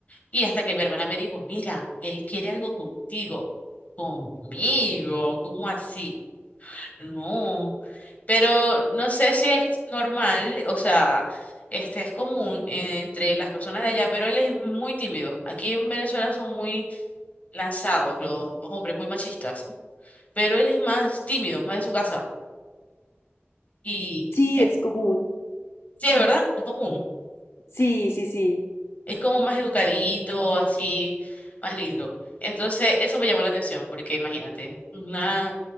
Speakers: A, on the left; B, on the left.
A: y hasta que mi hermana me dijo, mira, él quiere algo contigo, conmigo, ¿cómo así? No, pero no sé si es normal, o sea, este es común entre las personas de allá, pero él es muy tímido. Aquí en Venezuela son muy lanzados los, los hombres, muy machistas, pero él es más tímido, más de su casa. Y
B: sí,
A: eh,
B: es común.
A: sí, es verdad, es común.
B: Sí, sí, sí. <gasps>
A: Es como más educadito, así, más lindo. Entonces, eso me llamó la atención, porque imagínate, una,